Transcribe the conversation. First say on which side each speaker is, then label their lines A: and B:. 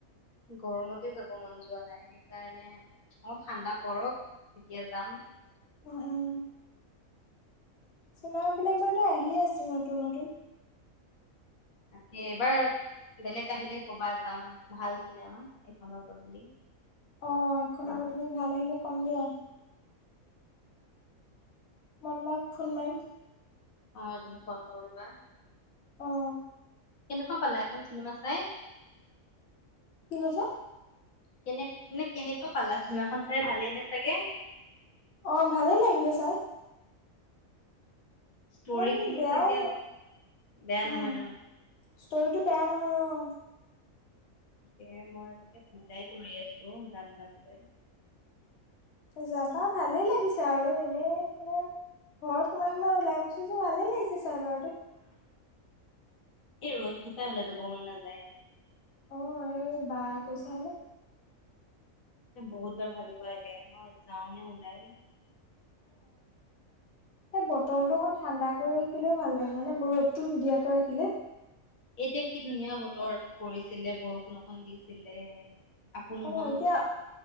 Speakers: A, on the left; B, on the left.
A: গৰমতে যাব মন যোৱা নাই, সেইকাৰণে অলপ ঠাণ্ডা পৰক। তেতিয়া যাম।
B: উম উম। চিনেমা বিলাক বাৰু আহিয়ে আছে নতুন নতুন।
A: তাকে এইবাৰ বেলেগ আহিলে ক'বা যাম, ভাল চিনেমা এইখনৰ বদলি।
B: অ এখনৰ বদলি ভাল আহিলে কম দিয়া। মই তোমাক ফোন মাৰিম।
A: অ তুমি কল কৰিবা।
B: অ',
A: কেনেকুৱা পালা সেইখন চিনেমা চাই?
B: কি কৈছে?
A: কেনে মানে কেনেকা পালা চিনেমাখন চাই ভালে নে চাগে।
B: অ' ভালে লাগিলে চাই।
A: ষ্টৰি
B: ইমান
A: খিনি
B: বেয়াও
A: চাগে
B: ন
A: বেয়া
B: উম।
A: নহয় ন।
B: ষ্টৰিটো বেয়া নহয় অ'
A: তে মই তাকে চিন্তাই কৰি আছো যাম যামকৈ।
B: যাবা। ভালে লাগিছে আৰু এনেই মানে ঘৰত সোমাই সোমাই ওলাই গৈছো যে ভালে লাগিছে। চাৰ বাৰটে।
A: এই ৰ'দ টো পাই ওলাই যাব মন নাযায়।
B: অ' এই বা কৈছে বোলে।
A: বহুতবাৰ ভাবিব লাগে, মই যাওঁ নে ওলাই।
B: সেই বতৰটো অকণ ঠাণ্ডা কৰি ৰাখিলেও ভাল লাগে, মানে ৰ'দতটো নিদিয়াকৈ ৰাখিলে।
A: এতিয়া কি ধুনীয়া বতৰ কৰিছিলে বৰষুণ অকন দিছিলে। আকৌ নোহোৱা
B: অ'
A: হৈ
B: এতিয়া
A: গ'ল